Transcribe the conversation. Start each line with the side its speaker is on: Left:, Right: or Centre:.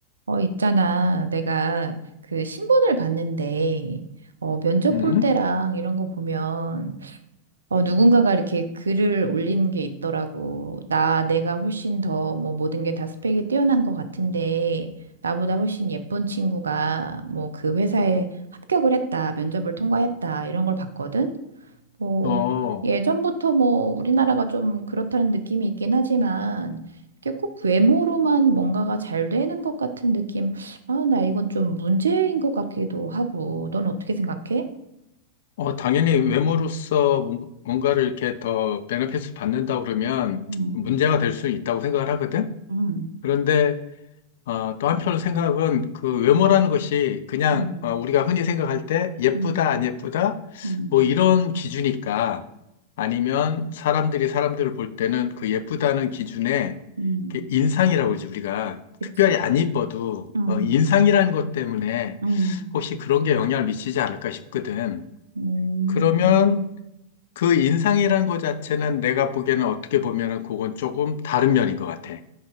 Right: 어, 있잖아. 내가 그 신문을 봤는데, 어, 면접
Left: 음?
Right: 볼 때랑 이런 거 보면, 어, 누군가가 이렇게 글을 올린 게 있더라고. 나, 내가 훨씬 더, 뭐, 모든 게 다 스펙이 뛰어난 것 같은데, 나보다 훨씬 예쁜 친구가, 뭐, 그 회사에 합격을 했다, 면접을 통과했다, 이런 걸 봤거든? 뭐,
Left: 어,
Right: 예전부터 뭐, 우리나라가 좀 그렇다는 느낌이 있긴 하지만, 이게 꼭 외모로만 뭔가가 잘 되는 것 같은 느낌, 아, 나 이건 좀 문제인 것 같기도 하고, 넌 어떻게 생각해?
Left: 어, 당연히 외모로서 뭔- 뭔가를 이렇게 더 베네핏을 받는다 그러면
Right: 음,
Left: 문제가 될 수 있다고 생각을 하거든?
Right: 음,
Left: 그런데 어, 또 한편으로 생각은 그 외모라는 것이 그냥
Right: 음,
Left: 어, 우리가 흔히 생각할 때 예쁘다,
Right: 음,
Left: 안 예쁘다,
Right: 음,
Left: 뭐 이런 기준일까? 아니면 사람들이 사람들을 볼 때는 그 예쁘다는 기준에
Right: 음,
Left: 이렇게 인상이라고 그러지, 우리가.
Right: 그치.
Left: 특별히 안 이뻐도
Right: 음,
Left: 어, 인상이라는 것 때문에
Right: 음,
Left: 혹시 그런 게 영향을 미치지 않을까 싶거든.
Right: 음,
Left: 그러면 그 인상이라는 것 자체는 내가 보기에는 어떻게 보면은 그건 조금 다른 면인 것 같아.